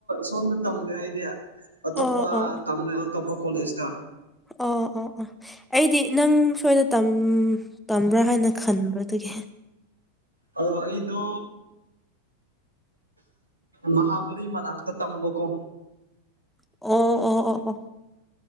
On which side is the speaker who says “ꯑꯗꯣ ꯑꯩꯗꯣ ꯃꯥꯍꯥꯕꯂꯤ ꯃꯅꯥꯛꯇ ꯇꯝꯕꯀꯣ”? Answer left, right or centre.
Right